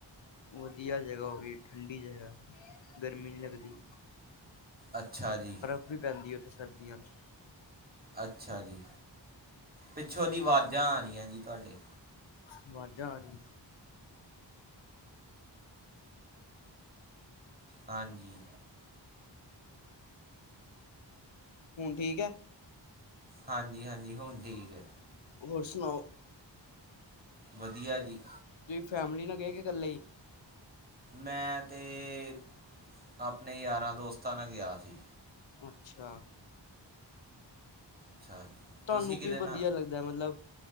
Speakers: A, on the left; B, on the right.
A: ਵਧੀਆ ਜਗ੍ਹਾ ਉਹ ਵੀ ਠੰਡੀ ਜਗ੍ਹਾ, ਗਰਮੀਂ ਨਹੀਂ ਲੱਗਦੀ।
B: ਅੱਛਾ ਜੀ।
A: ਬਰਫ਼ ਪੈਂਦੀਆ ਉੱਥੇ ਸਰਦੀਆਂ ਚ।
B: ਅੱਛਾ ਜੀ, ਪਿੱਛੋਂ ਦੀ ਆਵਾਜ਼ਾਂ ਆ ਰਹੀਆ ਜੀ ਤੁਹਾਡੇ,
A: ਅਵਾਜਾਂ ਰਹੀਆਂ,
B: ਹਾਂਜੀ।
A: ਹੁਣ ਠੀਕ ਹੈ?
B: ਹਾਂਜੀ-ਹਾਂਜੀ, ਹੁਣ ਠੀਕ ਹੈ।
A: ਹੋਰ ਸੁਣਾਓ।
B: ਵਧੀਆ ਜੀ।
A: ਤੁਸੀਂ ਫੈਮਿਲੀ ਨਾਲ ਗਏ ਕੇ ਇਕੱਲੇ ਹੀ?
B: ਮੈਂ ਤੇ, ਆਪਣੇ ਯਾਰਾਂ ਦੋਸਤਾਂ ਨਾਲ ਗਿਆ ਸੀ।
A: ਅੱਛਾ,
B: ਅੱਛਾ ਜੀ।
A: ਤੁਹਾਨੂੰ
B: ਤੁਸੀਂ ਕਿਹਦੇ
A: ਕੀ
B: ਨਾਲ
A: ਵਧੀਆ ਲੱਗਦਾ ਮਤਲੱਬ,